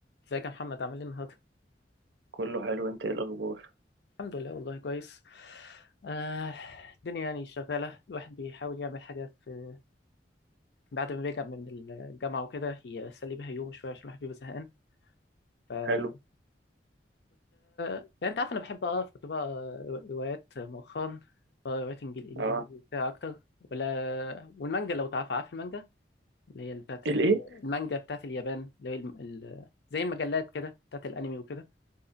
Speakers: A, on the left; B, on the right.
A: ازيك يا محمد عامل ايه النهارده؟
B: كله حلو انت ايه الاخبار
A: الحمد لله والله كويس آه الدنيا يعني شغالة الواحد بيحاول يعمل حاجة في بعد ما بيرجع من الجامعة وكده يسلي بيها يوم شوية عشان الواحد بيبقى زهقان فكنت
B: حلو
A: يعني انت عارف انا بحب اقرا كنت بقرا روايات مؤخرا بقرا روايات إنجل- انجليزي
B: اه
A: وبتاع اكتر ولا والمانجا لو تعرف عارف المانجا اللي هي بتاعت
B: الايه
A: ال- المانجا بتاعت اليابان اللي هي الم- ال- زي المجلات كده بتاعت الانمي وكده